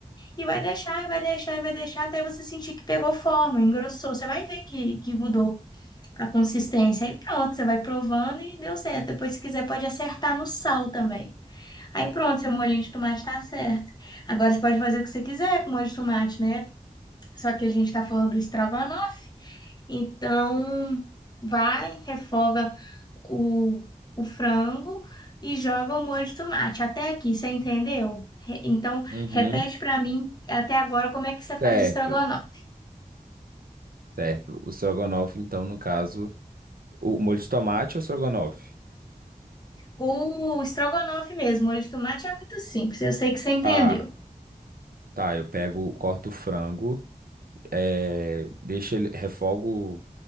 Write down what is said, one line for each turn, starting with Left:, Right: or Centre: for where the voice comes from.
Left: E vai deixar, e vai deixar, e vai deixar até você sentir que pegou forma, engrossou. Você vai ver que, que mudou a consistência. Aí pronto, você vai provando e deu certo. Depois, se quiser, pode acertar no sal também. Aí pronto, seu molhinho de tomate tá certo. Agora você pode fazer o que você quiser com molho de tomate, né? Só que a gente tá falando do estrogonofe. Então, vai, refoga o, o frango e joga o molho de tomate. Até aqui, você entendeu? Re- Então,
Right: Uhum.
Left: repete pra mim até agora como é que você faz
Right: Certo,
Left: estrogonofe.
Right: certo. O strogonoff, então, no caso. O molho de tomate ou estrogonofe?
Left: O estrogonofe mesmo, molho de tomate é muito simples. Eu sei que você entendeu.
Right: Tá, tá, eu pego, corto o frango, é, deixo ele, refogo,